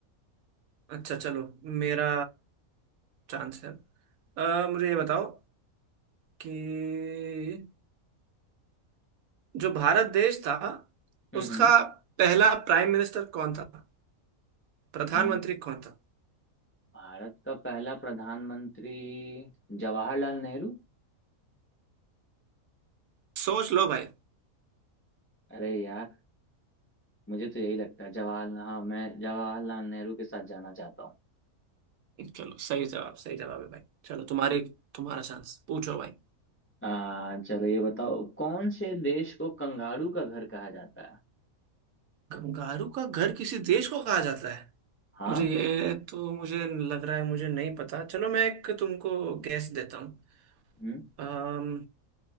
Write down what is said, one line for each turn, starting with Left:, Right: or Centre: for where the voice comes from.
Right: अच्छा चलो मेरा चांस है आ, मुझे ये बताओ कि जो भारत देश था
Left: हम्म
Right: उसका
Left: हम्म
Right: पहला प्राइम मिनिस्टर कौन था प्रधानमंत्री
Left: हम्म।
Right: कौन था
Left: भारत का पहला प्रधानमंत्री जवाहरलाल नेहरू
Right: सोच लो भाई
Left: अरे यार मुझे तो यही लगता है जवाहरलाल हाँ मैं जवाहरलाल नेहरू के साथ जाना चाहता हूँ
Right: चलो सही जवाब सही जवाब है भाई चलो तुम्हारी तुम्हारा चांस पूछो भाई
Left: आ, चलो ये बताओ कौन से देश को कंगारू का घर कहा जाता है
Right: कंगारू का घर किसी देश को कहा जाता है
Left: हाँ
Right: मुझे ये तो मुझे लग रहा है मुझे नहीं पता चलो मैं एक तुमको गैस देता हूँ
Left: हम्म,
Right: अम,